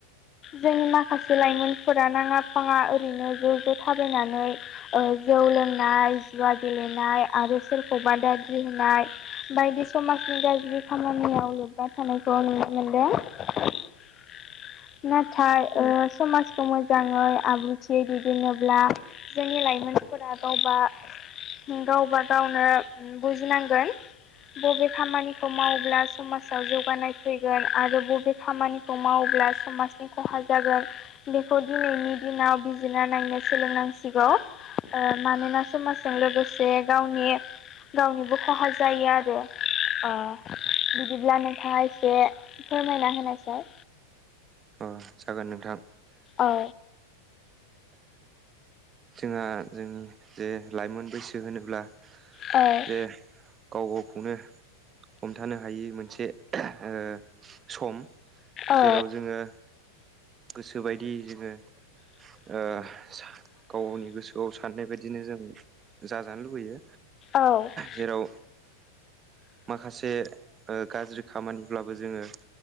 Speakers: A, on the left (about 30°); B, on the right (about 25°).
A: जोंनि माखासे लाइमोनफोरा नाङा फाङा ओरैनो ज' ज' थाबायनानै ओ जौ लोंनाय जुवा गेलेनाय आरो सोरखौबा दाद्रि होनाय बायदि समाजनि गाज्रि खामानियाव लोब्बा थानायखौ नुनो मोनदों <inaudible> नाथाय ओ समाजखौ मोजाङै आब्रुथियै दैदेनोब्ला जोंनि लाइमोनफोरा गावबा - गावबा गावनो बुजिनांगोन बबे खामानिखौ मावब्ला समाजाव जौगानाय फैगोन आरो बबे खामानि खौ मावोब्ला समाजनि खहा जागोन बेखौ दिनैनि दिनाव बिजिरना नायनो सोलोंनांसिगौ ओ मानोना समाजजों लोगोसे गावनि गावनिबो खहा जायो आरो ओ बिदिब्ला नोंथाङा एसे फोरमायना होनाय सार
B: अ जागोन नोंथां
A: औ
B: जोंहा जोंनि जे लाइमोन बैसो होनोब्ला
A: औ
B: जे गाव गावखौनो हमथानो हायि मोनसे ओ सम
A: औ
B: जेराव जोङो गोसोबायदि जोङो ओ गाव-गावनि गोसोआव साननाय बायदिनो जों जाजानो लुबैयो
A: औ
B: जेराव माखासे ओ गाज्रि खामानिब्लाबो जोङो